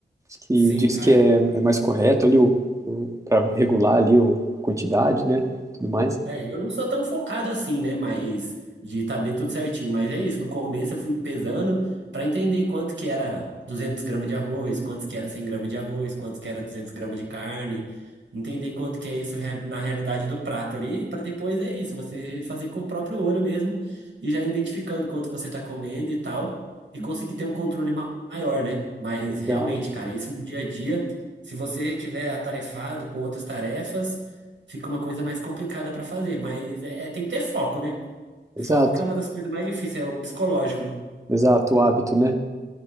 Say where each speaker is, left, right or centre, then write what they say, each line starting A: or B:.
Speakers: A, on the right (about 15°); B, on the right (about 80°).
A: que
B: sim,
A: diz
B: cara.
A: que é, é mais correto ali o, o, para regular ali o, a quantidade, né? Tudo mais.
B: É, eu não sou tão focado assim, né? Mas de tá bem tudo certinho. Mas é isso, no começo eu fui pesando para entender quanto que era 200 gramas de arroz, quanto que era 100 gramas de arroz, quanto que era 200 gramas de carne. Entender quanto que é isso rea- na realidade do prato ali, para depois é isso, você fazer com o próprio olho mesmo e já identificando quanto você tá comendo e tal, e conseguir ter um controle ma- maior, né? Mas
A: Legal.
B: realmente, cara, isso no dia a dia, se você tiver atarefado com outras tarefas fica uma coisa mais complicada para fazer, mas é, é- tem que ter foco, né? Foco
A: Exato,
B: que é uma das coisas mais difíceis, é o psicológico, né?
A: exato, o hábito, né?